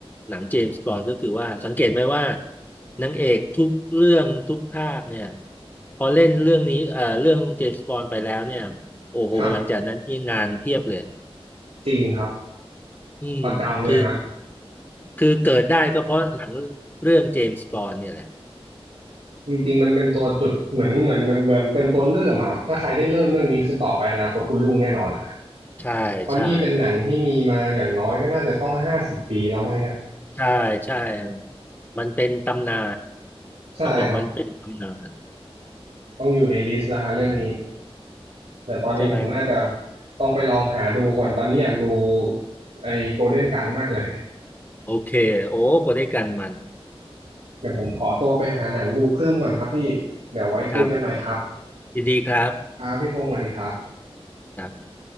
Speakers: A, on the left; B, on the right.
A: หนังเจมส์บอนด์ก็คือว่าสังเกตไหมว่านางเอกทุกเรื่องทุกภาคเนี่ยพอเล่นเรื่องนี้เอ่อเรื่องเจมส์บอนด์ไปแล้วเนี่ยโอ้โหหลังจากนั้นที่งานเพียบเลย
B: ครับจริงครับ
A: อืมคือ
B: ประจำเลยฮะ
A: คือเกิดได้ก็เพราะหนังเรื่องเจมส์บอนด์เนี่ยแหละ
B: จริงๆมันเป็นตัวจุดเหมือนเหมือนเหมือนเหมือนเป็นตัวเริ่มอะครับถ้าใครได้เริ่มเรื่องนี้คือต่อไปอนาคตคุณรุ่งแน่นอนอะ
A: ใช่ใช่
B: เพราะนี่เป็นหนังที่มีมาอย่างน้อยก็น่าจะต้องห้าสิบปีแล้วไหมฮะ
A: ใช่ใช่มันเป็นตำนา
B: ใช่ครับ
A: นต้องบอกมันเป็นตำนาน
B: ต้องอยู่ในลิสต์แล้วฮะเรื่องนี้เดี๋ยวตอนนี้ผมน่าจะ
A: ใช่ไหม
B: ต้องไปลองหาดูก่อนตอนนี้อยากดูไอ้โกลเด้นกันมากเลย
A: โอเคโอ้ก็ได้กันมัน
B: เดี๋ยวผมขอตัวไปหาหนังดูเพิ่มก่อนครับพี่เดี๋ยวไว้คุยกันใหม่ครับ
A: ครับยินดีครับ
B: ครับพี่พงศ์สวัสดีครับ
A: ครับ